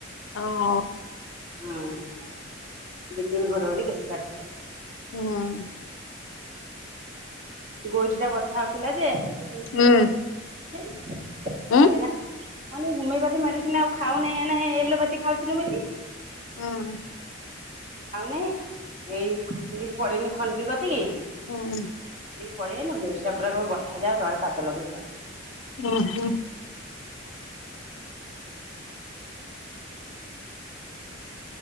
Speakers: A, on the left; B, on the right.
A: ହଁ।
B: ହୁଁ ବିଜୁଳି ଘଡଘଡି ବେଶି ମାରିଛି।
A: ହୁଁ
B: ଗୋଇଠି ଟା ବଥା ହଉଥିଲା ଯେ <unintelligible>
A: ହୁଁ ହୁଁ।
B: ଏଇନା ଅନୁ ହୋମିଓପାଥି ମେଡିସିନ ଆଉ ଖାଉନି ଏନା ଏଲୋପାଥି ଖାଉଥିଲି ବୋଲି।
A: ହୁଁ।
B: ଆଉ ନାଇଁ ଏଇକି ପଳେଇନି ଖଞ୍ଜୁ କତି କିି।
A: ହଁ।
B: ଦି ପାଳି ଆଇଲକି <unintelligible> ତଳେ ପାଦ ଲଗେଇ ପାରୁନି।
A: ଉଁ - ହୁଁ।